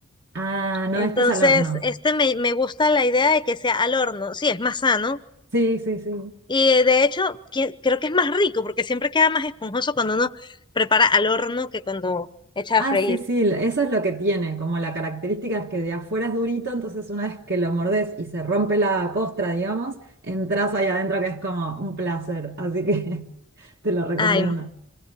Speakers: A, on the right (about 50°); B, on the left (about 20°).
A: Ah, no,
B: Entonces,
A: este es al horno.
B: este me, me gusta la idea de que sea al horno. Sí, es más sano,
A: Sí, sí, sí.
B: Y eh, de hecho, qui- creo que es más rico porque siempre queda más esponjoso cuando uno prepara al horno que cuando echa
A: Ah,
B: a freír.
A: sí, sí, eso es lo que tiene, como la característica es que de afuera es durito, entonces una vez que lo mordés y se rompe la costra, digamos, entras ahí adentro que es como un placer, así que <laughs> te lo recomiendo.
B: Ay, Claro.